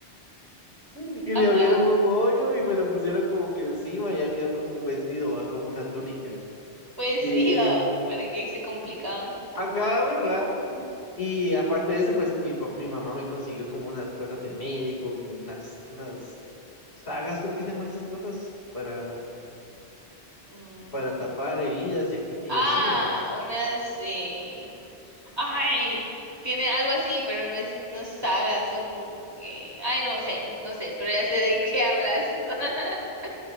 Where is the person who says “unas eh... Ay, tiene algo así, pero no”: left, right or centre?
Right